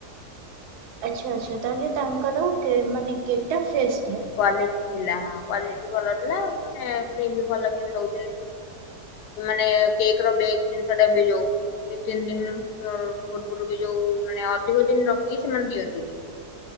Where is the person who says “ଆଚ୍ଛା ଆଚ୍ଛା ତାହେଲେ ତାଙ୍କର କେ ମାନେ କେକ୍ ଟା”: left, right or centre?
Right